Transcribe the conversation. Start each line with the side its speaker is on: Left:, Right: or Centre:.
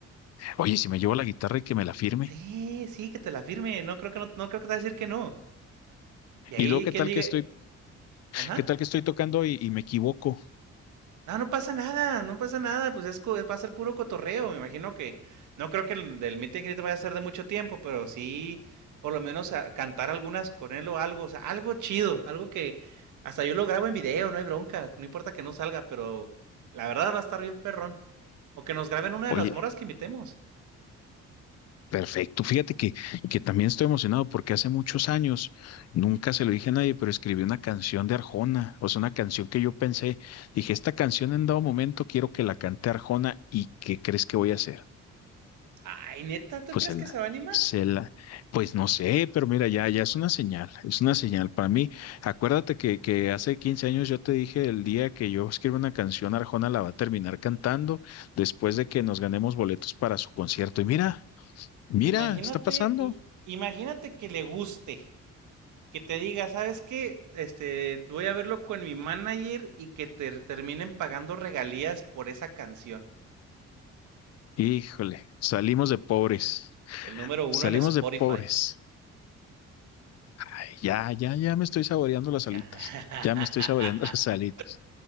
Left: oye, si me llevo la guitarra y que me la firme.
Right: Sí, sí, que te la firme. No creo que no, no creo que te va a decir que no. Y ahí
Left: Y luego, ¿qué
Right: quien
Left: tal
Right: diga,
Left: que estoy,
Right: ajá.
Left: qué tal que estoy tocando y, y me equivoco?
Right: No, no pasa nada, no pasa nada, pues es, co- va a ser puro cotorreo, me imagino que no creo que el del meet and greet vaya a ser de mucho tiempo, pero sí por lo menos a- cantar algunas con él o algo, o sea, algo chido, algo que hasta yo lo grabo en video, no hay bronca, no importa que no salga, pero la verdad va a estar bien perrón. O que nos graben una de
Left: Oye,
Right: las moras que invitemos.
Left: perfecto. Fíjate que, que también estoy emocionado porque hace muchos años, nunca se lo dije a nadie, pero escribí una canción de Arjona. O sea, una canción que yo pensé, dije, esta canción en dado momento quiero que la cante Arjona y ¿qué crees que voy a hacer?
Right: Ay, neta, ¿tú
Left: Pues
Right: crees
Left: el,
Right: que se va a animar?
Left: se la- pues no sé, pero mira, ya, ya es una señal, es una señal para mí. Acuérdate que, que hace 15 años yo te dije el día que yo escriba una canción, Arjona la va a terminar cantando después de que nos ganemos boletos para su concierto. Y mira, mira,
Right: Imagínate,
Left: está pasando.
Right: i- imagínate que le guste, que te diga, ¿sabes qué? Este, voy a verlo con mi manager y que te terminen pagando regalías por esa canción.
Left: Híjole, salimos de pobres,
Right: El número uno
Left: salimos
Right: en Spotify.
Left: de pobres. Ay, ya, ya, ya me estoy saboreando las
Right: Ya.
Left: alitas,
Right: <laughs>
Left: ya me estoy saboreando <laughs> las alitas.